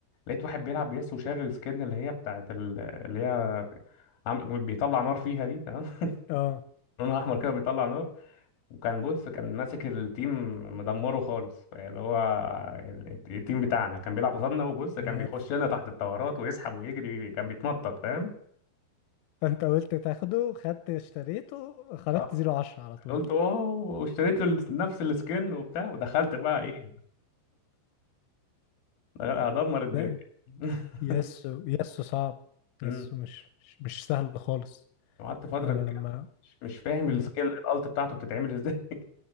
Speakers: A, on the left; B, on the left.
A: لقيت واحد بيلعب بيس وشاري السكن اللي هي بتاعت ال- اللي هي عامل- بيطلع نار فيها دي تمام <laughs>
B: اه
A: لونها احمر كده بيطلع نار وكان بص كان ماسك التيم مدمره خالص اللي هو ال- التيم بتاعنا كان بيلعب قصادنا وبص
B: بس.
A: كان بيخش لنا تحت الطورات ويسحب ويجري كان بيتنطط فاهم
B: فانت قلت تاخده خدت اشتريته خرجت
A: اه
B: زيرو عشرة على طول
A: قلت واو واشتريت له ال- نفس السكن وبتاع ودخلت بقى ايه هدمر الدنيا
B: لا
A: <laughs>
B: يسو يسو صعب يسو
A: امم.
B: مش مش, مش سهل خالص
A: وقعدت فترة
B: انا
A: كبيرة
B: لما
A: مش مش فاهم
B: مم.
A: السكيل الالت بتاعته بتتعمل ازاي